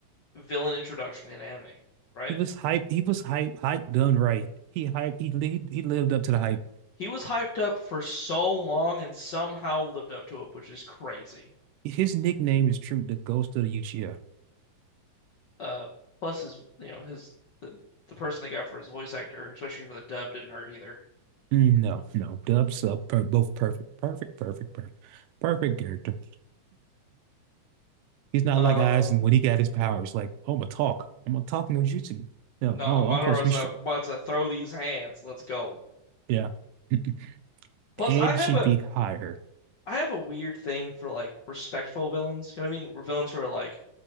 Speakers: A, on the left; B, on the right.
A: villain introduction in anime, right?
B: He was hype. He was hype. Hype done right. He hype. He lived. He lived up to the hype.
A: He was hyped up for so long and somehow lived up to it, which is crazy.
B: His nickname is true. The Ghost of the Uchiha.
A: Uh plus his you know his the, the person they got for his voice actor, especially for the dub, didn't hurt either.
B: Mm, No, no, dub sub, per, both perfect, perfect, perfect, perfect, perfect character. He's not
A: Um
B: like Aizen when he got his powers. Like, oh, I'm gonna talk. I'm gonna talk no jutsu. No,
A: no,
B: oh,
A: Madora's
B: I'm supposed to be strong.
A: about to throw these hands. Let's go.
B: Yeah, <laughs>
A: Plus
B: Ed
A: I have
B: should
A: a
B: be higher.
A: I have a weird thing for like respectful villains. You know what I mean? Villains who are like